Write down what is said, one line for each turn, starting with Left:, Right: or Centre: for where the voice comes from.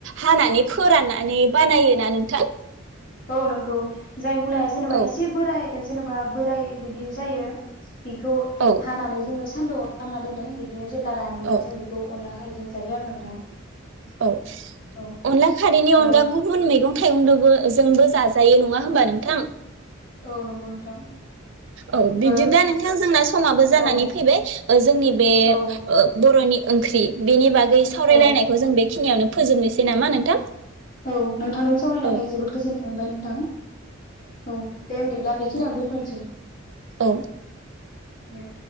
Right: हानानै फोराननानै बानायोना नोंथां।
Left: औ नंगौ। जाय मुलाया जेनेबा
Right: औ
Left: एसे बोराय। जेनेबा बोराय बिदि जायो। बेखौ
Right: औ
Left: हानानै जोङो सान्दुंआव लामना दोनो बिदिनो जेब्ला रानोब्ला
Right: औ
Left: जों बेखौ अनला खारै जों जायो आरो नोंथां।
Right: औ
Left: औ
Right: अनला खारैनि अनगा
Left: ओ
Right: गुबुन मैगं। थाइगंदोबो जोंबो जाजायो नङा होमबा नोंथां।
Left: औ नंगौ नोंथां।
Right: औ बिदिबा
Left: ओ
Right: नोंथां जोंना समाबो
Left: औ
Right: जानानै फैबाय जोंनि बे
Left: औ
Right: बर'नि ओंख्रि बेनि बागै बे सावरायलायनायखौ
Left: औ
Right: जों बे खिनियावनो फोजोबनोसै नामा नोंथां?
Left: औ नोंथांदों सावरायनानै
Right: औ
Left: जोबोद गोजोननाय मोनबाय नोंथां। औ दे बिदिब्ला बेखिनियावनो
Right: नोंथां
Left: दोनथ'सै।
Right: औ
Left: दे